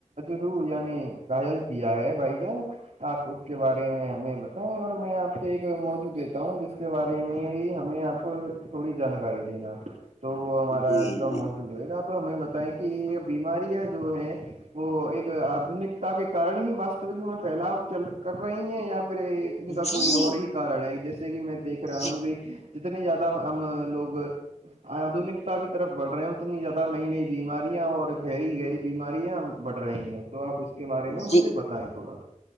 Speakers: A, on the right; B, on the left.
A: رو یعنی گھایل کیا ہے بھائی جان آپ اس کے بارے میں میں بتاؤں اور میں آپ سے ایک موجوع دیتا ہوں جس کے بارے میں ہمیں آپ تھوڑی جانکاری دینا تو وہ ہمارا
B: جی
A: آج کا موجوع ہو گا تو ہمیں بتائیں کہ یہ بیماریاں جو ہیں وہ ایک آدنکتا کے کارن ہی واستوک میں پھیلاؤ چل کر رہی ہیں یا پھر ان کا کوئی
B: جی
A: اور ہی کارن ہے جیسے کہ میں دیکھ رہا
B: جی
A: ہوں گ جتنے زیادہ ہم لوگ آدنکتا کی طرف بڑ رہے ہو اتنی زیادہ نئی نئی بیماریاں اور گہری گہری بیماریاں بڑھ رہی ہیں تو آپ اس کے بارے میں مجھے
B: جی
A: بتائیں تھوڑا